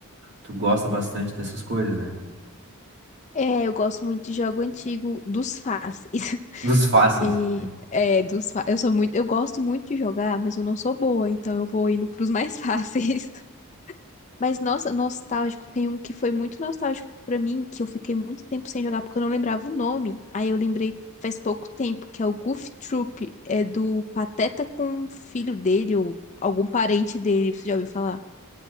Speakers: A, on the right; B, on the left.
A: tu gosta bastante dessas coisas, né?
B: É, eu gosto muito de jogo antigo dos fáceis. <laughs>
A: Dos fáceis,
B: E
A: né?
B: é, dos fa- eu sou muito, eu gosto muito de jogar, mas eu não sou boa, então eu vou indo pros mais <laughs> fáceis. Mas nossa, nostálgico, tem um que foi muito nostálgico pra mim, que eu fiquei muito tempo sem jogar porque eu não lembrava o nome. Aí eu lembrei faz pouco tempo, que é o Goof Troop, é do Pateta com o filho dele ou algum parente dele, você já ouviu falar?